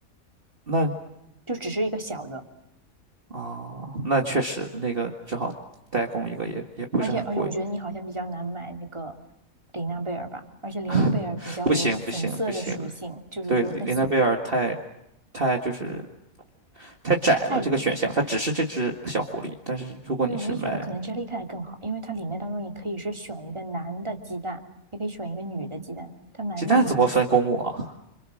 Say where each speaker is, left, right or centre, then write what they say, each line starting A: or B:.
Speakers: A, on the right; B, on the right.
A: 那
B: 就只是一个小的，
A: 啊，那确实那个只好代工一个也也不是很贵。
B: 而且而且我觉得你好像比较难买那个玲娜贝尔吧，而且玲娜贝尔比较有粉色的属性，
A: <laughs> 不行不行不行，
B: 就是说它
A: 对，林奈贝尔太太就是太窄了这个选项，
B: 太，
A: 它只是这只小狐狸。但是如果你是买
B: 对，我也觉得可能 Jellycat 更好，因为它里面当中你可以是选一个男的鸡蛋，也可以选一个女的鸡蛋，它男的女的
A: 鸡蛋，怎么分公母啊？